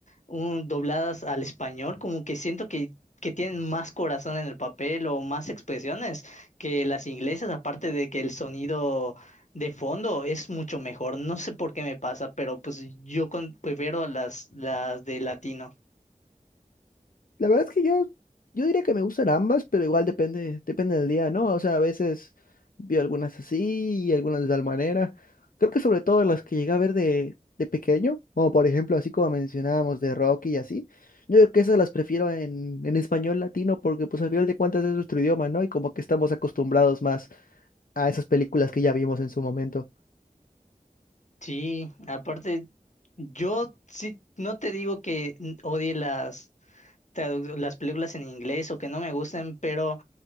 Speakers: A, on the left; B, on the left.
A: un dobladas al español, como que siento que que tienen más corazón en el papel o más expresiones que las inglesas, aparte de que el sonido de fondo es mucho mejor. No sé por qué me pasa, pero pues yo con- prefiero las las de latino.
B: La verdad es que yo, yo diría que me gustan ambas, pero igual depende, depende del día, ¿no? O sea, a veces veo algunas así y algunas de tal manera. Creo que sobre todo las que llegué a ver de, de pequeño, como por ejemplo así como mencionábamos de Rocky y así. Yo creo que esas las prefiero en, en español latino porque pues al final de cuentas es nuestro idioma, ¿no? Y como que estamos acostumbrados más a esas películas que ya vimos en su momento.
A: Sí, aparte, yo sí, no te digo que n- odie las, tradu- las películas en inglés o que no me gusten, pero